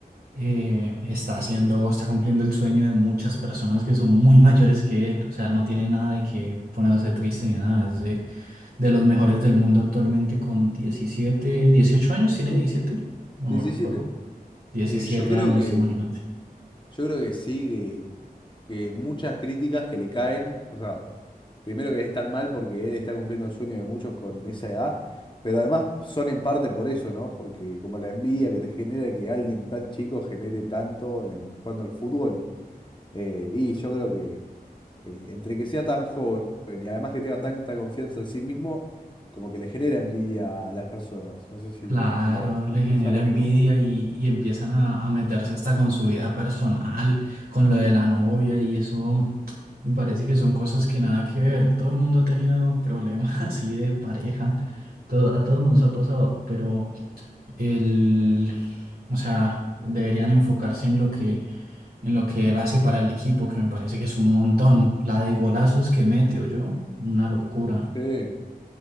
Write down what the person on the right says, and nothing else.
eh, está haciendo, está cumpliendo el sueño de muchas personas que son muy <laughs> mayores que él, o sea, no tiene nada de que ponerse triste ni nada, es de, de los mejores del mundo actualmente con 17 18 años, tiene diecisiete no
recuerdo 17
años,
imagínate.
Claro,
le genera
envidia
y, y empiezan a, a meterse hasta con su vida personal, con lo de la novia y eso <tsk> me parece que son cosas que nada que ver. Todo el mundo ha tenido problemas <laughs> así de pareja, to- a todos nos ha pasado, pero el, o sea, deberían enfocarse en lo que, en lo que él hace para el equipo, que me parece que es un montón. La de golazos que mete, yo, una locura.